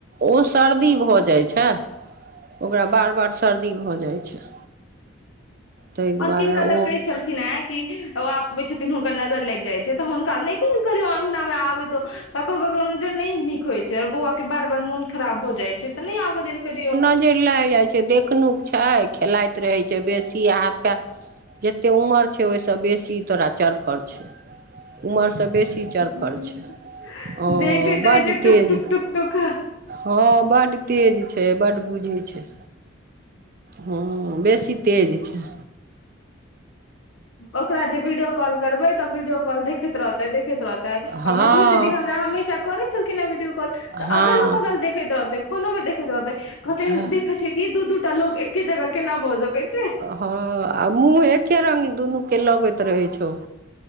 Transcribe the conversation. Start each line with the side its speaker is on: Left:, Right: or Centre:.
Right: ओ सर्दी भऽ जाय छेै ओकरा बार- बार सर्दी भऽ जाय छै। ताहि दुआरे
Left: ओर किनका
Right: ओ
Left: दऽ कहेै छ्लखिन एँ कि। ओ अबै छथिन हुनकर नजर लाइग जाय छेै तऽ हुनका नै कहल करियौ अंगना मे आबै दऽ। ककरो ककरो नजर नेै नीक होय छेै और बौआ के बार- बार मोन खराब भऽ जाय छै तऽ नै आबऽ देल करियौ।
Right: नजैर लाइग जाय छे‌ै देख। कनुप छेै खेलाइत रहेै छेै बेसी आहाँ के। जतेए उमर छे ओय सँ बेसी तोरा चरफर छेै उमर से बेसी। चरफर
Left: हूँ
Right: छै ओ
Left: देखेैत रहेै
Right: बड्ड
Left: छेै
Right: तेज
Left: टूक- टूक -टूक- टूक।
Right: हँ बड तेज छेै बड बुझेै छेै। हूँ बेसी तेज छेै।
Left: ओकरा जे वीडियो कॉल करबेै तऽ वीडियो कॉल देखेैत रहतेै देखेैत रहतेै। तै
Right: हँ
Left: और मधु दीदी हमरा हमेशा करेै छलखिन हेँ वीडियो कॉल तऽ
Right: हँ
Left: अगलो बगल देखैत रहतेै। फोनो मे देखैत रहतै कहतै
Right: हँ
Left: देखेै छियेै कि दू -दुदूटा लोग एके जगह केना भऽ सकै छै।
Right: हँ आ मुँह एके रंग दुनू के लगैत रहेै छौ।